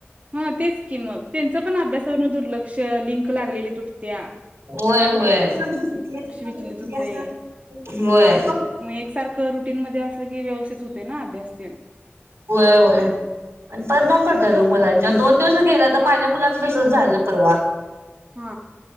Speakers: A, on the right; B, on the right.
A: ह तेच की मग. त्यांच पण अभ्यासावरून दुर्लक्ष लिंक लागलेली तुटत्या. त्या
B: होय होय <unintelligible>
A: विचलित होतय.
B: होय
A: मग एकसारखं रुटीन मध्ये असलं की व्यवस्थित होते ना अभ्यास तेण
B: व्हय व्हय परिणाम पडत्यात ओ मुलांच्यावर दोन दिवस गेल्या. आता माझ्या मुलाच तसच झालं परवा.
A: हा